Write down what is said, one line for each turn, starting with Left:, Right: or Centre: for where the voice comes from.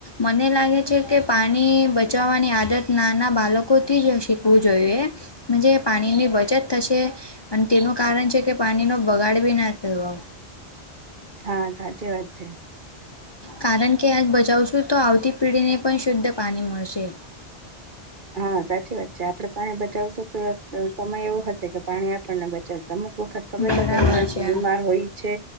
Left: મને લાગે છે કે પાણી બચાવવાની આદત નાના બાળકોથી જ શીખવું જોઈએ પાણીની બચત થશે અને તેનું કારણ છે કે પાણીનો બગાડ ભી ના થયો
Right: હા સાચી વાત છે.
Left: કારણ કે આગ બચાવશું તો આવતી પેઢીને પણ શુદ્ધ પાણી મળશે.
Right: હા સાચી વાત છે આપડણે પાણી બચાવશું તો સમય એવો હશે કે પાણી આપણને બચાવશે અમુક વખત કમેચ
Left: બરાબર
Right: કોઈ માણસ
Left: છે
Right: બીમાર હોય છે